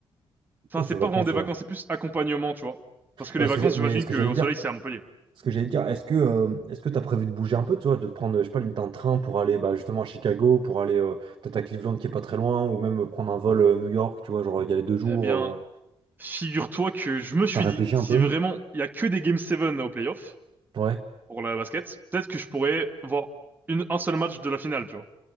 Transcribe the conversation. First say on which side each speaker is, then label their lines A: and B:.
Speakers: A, on the right; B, on the right.
A: Enfin,
B: Oh,
A: c'est
B: c'est vacances.
A: pas vraiment des
B: euh.
A: vacances, c'est plus accompagnement, tu vois. Parce que
B: Ouais,
A: les vacances,
B: ce que j'ai- mais
A: j'imagine
B: ce que
A: que
B: j'allais
A: au
B: dire,
A: soleil, c'est à Montpellier.
B: Ce que j'allais te dire, est-ce que euh, est-ce que tu as prévu de bouger un peu, tu vois, de prendre, je sais pas, limite un train pour aller bah, justement à Chicago, pour aller euh, peut-être à Cleveland qui est pas très loin, ou même euh, prendre un vol euh, New York, tu vois, genre y aller deux jours.
A: Eh bien,
B: euh.
A: figure-toi que je me suis
B: T'as réfléchi
A: dit, si
B: un peu?
A: vraiment il y a que des Game 7 au playoff
B: Ouais,
A: pour la basket, peut-être que je pourrais voir une, un seul match de la finale, tu vois.